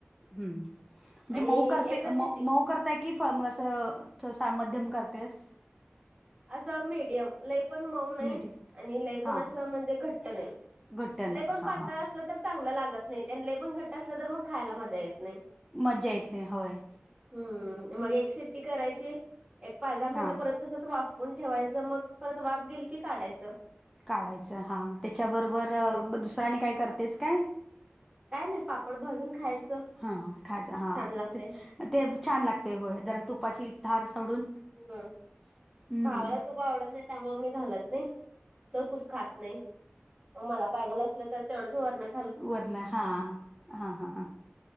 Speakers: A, in the centre; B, on the right (about 20°).
A: हम्म म्हणजे
B: आणि
A: मऊ करते
B: एकच शिट्टी
A: म मऊ करता एक कि फळ मग असं सामध्यम करतेस.
B: असं मीडियम लय पण मऊ नाही
A: मिडियम
B: आणि लय
A: हा
B: पण असं म्हणजे घट्ट नाही.
A: घट्ट नाही
B: ल पण
A: हा
B: पातळ
A: हा
B: असलं तर चांगलं लागत नाही त्यां ल पण घट्ट असलं तर मग खायला मजा येत नाही.
A: मज्जा येते होय.
B: हम्म मग एक सिट्टी करायची एक पाच दहा
A: हा
B: मिनिटं परत तसच वाफ ून ठेवायचं मग परत वाफ गेली की काढायचं.
A: काढायचं हा त्याच्याबरोबर
B: हम्म
A: दुसऱ्यांनी काय करतेस काय.
B: काय नाही पापड भाजून खायचं
A: हा खज हा
B: छान लागतय
A: ते ते छान लाग ते होय जरा तुपाची धार सोडून
B: हम
A: हम्म
B: भावाला तूप आवडत नाही त्यामुळे मी घालत नाही. च तूप खात नाही मला पाहिजेला असलं तर तेवढंच वरणार
A: वर्ण हा हा हा हा